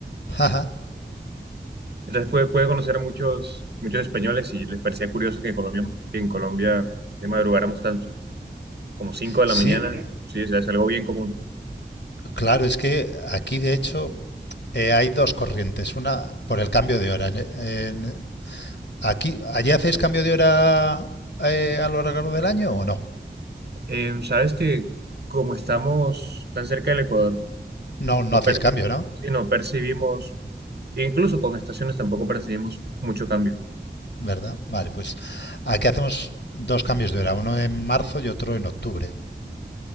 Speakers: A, on the left (about 70°); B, on the right (about 65°).
A: Ah, ah.
B: Entonces pude, pude conocer a muchos, muchos españoles y les parecía curioso que, Colombia, que en Colombia eh, madrugáramos tanto, como 5 de
A: Sí,
B: la mañana, sí, o sea, es algo bien común.
A: claro, es que aquí de hecho eh, hay dos corrientes. Una por el cambio de hora. En- en- aquí, ¿allí hacéis cambio de hora eh, a lo largo del año o no?
B: Eh, sabes que como estamos tan cerca del Ecuador,
A: No,
B: no,
A: no hacéis
B: per-
A: cambio, ¿no?
B: sí, no percibimos, incluso con estaciones tampoco percibimos mucho cambio.
A: ¿Verdad? Vale, pues aquí hacemos dos cambios de hora, uno en marzo y otro en octubre.